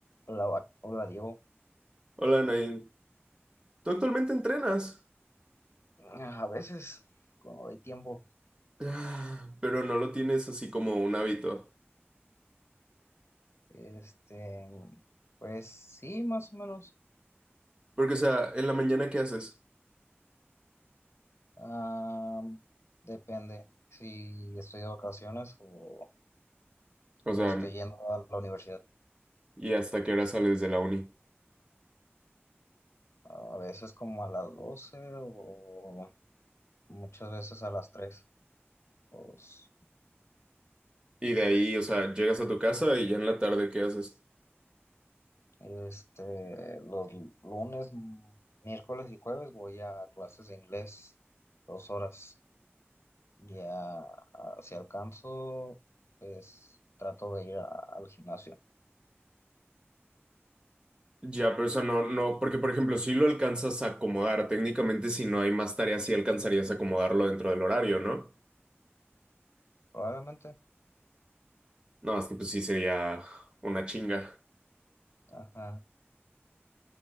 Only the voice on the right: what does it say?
Hola, Nain. Tú actualmente entrenas,
Ah, pero no lo tienes así como un hábito.
Porque, o sea, en la mañana, ¿qué haces?
O
sea,
¿y hasta qué hora sales de la uni?
Y de ahí, o sea, llegas a tu casa y ya en la tarde, ¿qué haces?
Ya, pero, o sea, no, no, porque, por ejemplo, si lo alcanzas a acomodar, técnicamente, si no hay más tareas, sí alcanzarías a acomodarlo dentro del horario, ¿no?
No, es que pues sí sería una chinga.